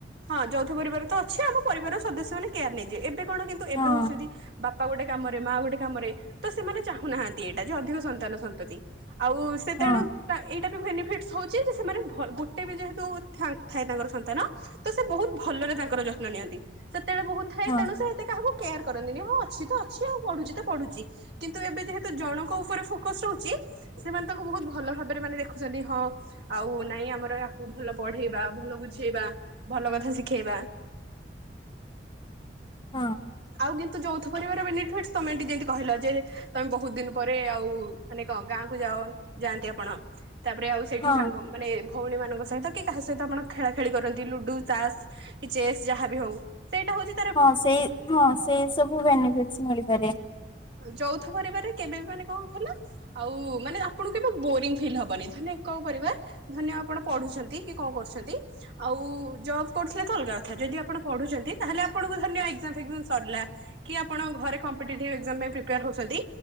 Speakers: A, on the right; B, on the left.
A: ହଁ ଯୌଥ ପରିବାର ତ ଅଛି ଆମ ପରିବାରର ସଦସ୍ୟ ମାନେ କେୟାର ନେଇଯିବେ ଏବେ କଣ କିନ୍ତୁ ଏବେ
B: ହଁ
A: ହଉଛନ୍ତି ବାପା ଗୋଟେ କାମରେ ମା ଗୋଟେ କାମରେ ତ ସେମାନେ ଚାହୁଁନାହାନ୍ତି ଏଇଟା ଯେ ଅଧିକ ସନ୍ତାନ ସନ୍ତତି। ଆଉ ସେ
B: ହଁ
A: ତେଣୁ ତା ଏଇଟା ବି ବେନିଫିଟସ ହଉଛି ଯେ ସେମାନେ ଭ ଲ ଗୋଟେ ବି ଯେହେତୁ ଥା ଥାଏ ତାଙ୍କର ସନ୍ତାନ ତ ସେ ବହୁତ ଭଲରେ ତାଙ୍କର ଯତ୍ନ ନିଅନ୍ତି। ସେତେବେଳେ ବହୁତ
B: ହଁ।
A: ତ ଏତେ କାହାକୁ କେୟାର କରନ୍ତିନି। ହଁ ଅଛି ତ ଅଛି ଆଉ ପଢୁଚି ତ ପଢୁଚି। କିନ୍ତୁ ଏବେ ଯେହେତୁ ଜଣଙ୍କ ଉପରେ ଫୋକଷ ରହୁଛି ସେମାନେ ତା କୁ ବହୁତ ଭଲ ଭବାରେ ମାନେ ଦେଖୁଚନ୍ତି। ହଁ ଆଉ ନାଇଁ ଆମର ୟାକୁ ଭଲ ପଢେଇବା ଭଲ ବୁଝେଇବା ଭଲ କଥା ଶିଖେଇବା।
B: ହଁ।
A: ଆଉ କିନ୍ତୁ ଯୋଥ ପରିବାର ବେନିଫିଟ ତମେ ଏ ଯେମିତି କହିଲ ଯେ ତମେ ବହୁତ ଦିନ ପରେ ଆଉ ମାନେ କଣ ଗାଁ କୁ ଯା ଯାଆନ୍ତି ଆପଣ। ତାପରେ ଆଉ ସେଠି
B: ହଁ
A: ସାଙ୍ଗ ମାନେ ଭଉଣୀ ମାନଙ୍କ ସହିତ କି କାହା ସହିତ ଆପଣ ଖେଳା ଖେଳି କରନ୍ତି ଲୁଡୁ ତାସ କି ଚେସ୍ ଯାହା ବି ହଉ ସେଇଟା ହଉଚି
B: ହଁ ସେଇ ହଁ ସେଇ ସବୁ ବେନିଫିଟଶ ମିଳିପାରେ।
A: ଯୌଥ ପରିବାରରେ କେବେ ବି ମାନେ କଣ ଖଲ ଆଉ ମାନେ ଆପଣଙ୍କୁ କେବେ ବୋରିଙ୍ଗ ଫିଲ୍ ହବନି। ଧରିନିଅ ଏକକ ପରିବାର ଧରି ନିଅ ଆପଣ ପଢୁଚନ୍ତି କି କଣ କରୁଚନ୍ତି ଆଉ ଜବ୍ କରୁଥିଲେ ତ ଅଲଗା କଥା ଯଦି ଆପଣ ପଢୁଚନ୍ତି ତାହେଲେ ଆପଣଙ୍କୁ <unintelligible> <unintelligible> ସରିଲା କି ଆପଣ ଘରେ କଂପେଟିଟୀଭି ଏକ୍ଜାମ ପାଇଁ ପ୍ରେପାରେ ହଉଚନ୍ତି